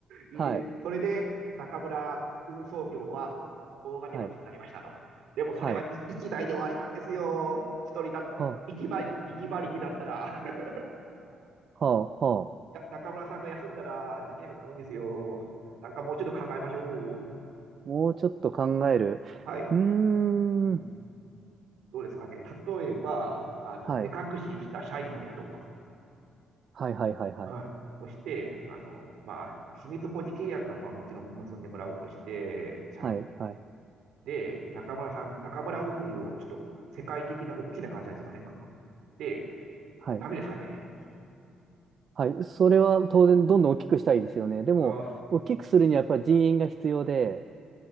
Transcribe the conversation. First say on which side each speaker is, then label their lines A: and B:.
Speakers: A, on the right; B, on the right.
A: う。<laughs> いいね。
B: はい。
A: それで、中村運送業は大金持ちになりましたと。
B: はい。
A: でもそれは1台で終わりなんですよ。
B: はい。
A: 一人だって、
B: は
A: 1馬力一馬力だったら <laughs>
B: あ、はあ、はあ。
A: いや、中村さんが休んだらできないことあるんですよ。なんかもうちょっと考えましょう。
B: もうちょっと考える。
A: はい。
B: うー
A: うん
B: ん。
A: どうですかね。例えば、あの、
B: はい。
A: 目隠しした社員を雇うとか。
B: はい、はい、はい、はい。
A: はい。そして、あの、まあ、秘密保持契約は、まあ、もちろん結んでもらうとして、社員
B: はい、はい、
A: で、中村さん、中村運輸をちょっと世界的な大きな会社にしませんかで、
B: はい。
A: ダメですかね
B: はい。それは当然どんどん大きくしたいですよね。でも、
A: あ
B: 大きくするにはやっぱり人員が必要で、